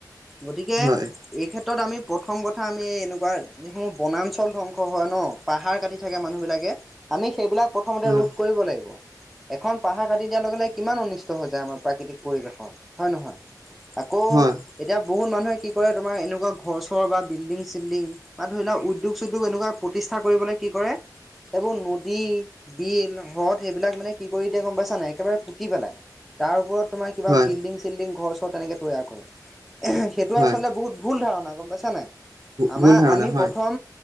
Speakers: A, in the centre; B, on the right.
A: গতিকে।
B: হয়
A: এই ক্ষেত্ৰত, আমি প্ৰথম কথা আমি এনেকুৱা সমূহ বনাঞ্চল ধ্বংস হয় পাহাৰ কাটি থাকে, মানুহবিলাকে। আমি, সেইবিলাক প্ৰথমতে
B: হয়
A: ৰোধ কৰিব লাগিব। এখন পাহাৰ কাটি দিয়াৰ লগে লগে, কিমান অনিচ ত হৈছে আমাৰ প্ৰাকৃতিক পৰিৱেশৰ, হয় নহয়? আকৌ
B: হয়
A: এতিয়া, বহুত মানুহে কি কৰে? তোমাৰ, এনেকুৱা ঘৰ-চৰ বা বিল্ডিং-চিল্ডিং বা, ধৰি লোৱা, উদ্যোগ-চদ্যোগ, এনেকুৱা প্ৰতিষ্ঠা কৰিবলে, কি কৰে? এইবোৰ নদী, বিল, হ্ৰদ সেইবিলাক, মানে, কি কৰি দিয়ে, গম পাইছা নাই? একেবাৰে পুতি পেলায়। তাৰ ওপৰত, তোমাৰ, কিবা
B: হয়
A: বিল্ডিং-চিল্ডিং, ঘৰ-চৰ তেনেকে তৈয়াৰ কৰে। সেইটো,
B: হয়
A: আচলতে, বহুত। ভুল ধাৰণা, গম পাইছা, নাই? আমাৰ,
B: ভুল ধাৰণা
A: আমি
B: হয়
A: প্ৰথম,